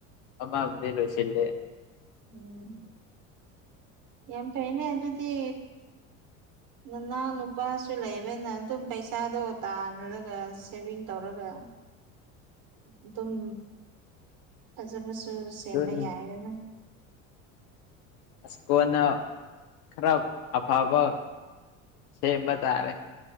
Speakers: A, on the left (about 65°); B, on the right (about 55°).
A: ꯑꯃꯕꯨꯗꯤ ꯂꯣꯏꯁꯤꯜꯂꯦ
B: ꯎꯝ ꯌꯥꯝ ꯐꯩꯅꯦ ꯑꯗꯨꯗꯤ ꯅꯅꯥꯎ ꯅꯨꯄꯥꯁꯨ ꯂꯩꯕꯅ ꯑꯗꯨꯝ ꯄꯩꯁꯥ ꯄꯩꯁꯥꯗꯣ ꯇꯥꯜꯂꯒ ꯁꯦꯕꯤꯡ ꯇꯧꯔꯒ ꯑꯗꯨꯝ ꯐꯖꯕꯁꯨ
A: ꯑꯗꯨꯅꯤ
B: ꯁꯦꯝꯕ ꯌꯥꯏꯗꯅ
A: ꯑꯁ ꯀꯣꯟꯅ ꯈꯔ ꯑꯐꯕ ꯁꯦꯝꯕ ꯇꯥꯔꯦ